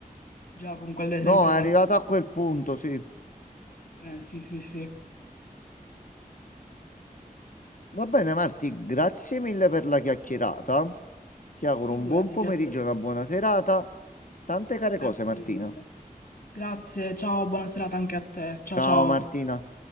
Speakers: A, on the left; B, on the left.
A: già con quell'esempio
B: No,
A: della
B: è arrivato
A: scuola.
B: a quel punto, sì.
A: Eh, sì, sì, sì.
B: Va bene, Marti, grazie mille per la chiacchierata. Ti auguro
A: Ma figurati,
B: un buon pomeriggio
A: Chiazzetto.
B: e una buona serata. Tante care
A: Grazie
B: cose, Martina.
A: mille. Grazie, ciao, buona serata anche a te. Ciao,
B: Ciao,
A: ciao.
B: Martina.